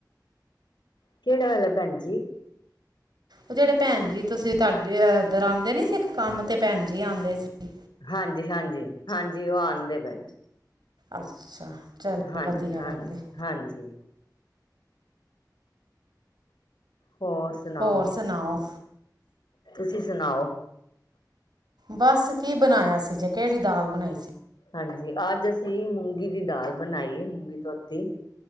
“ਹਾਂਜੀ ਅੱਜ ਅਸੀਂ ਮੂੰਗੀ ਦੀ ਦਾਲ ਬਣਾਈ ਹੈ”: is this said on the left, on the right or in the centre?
Left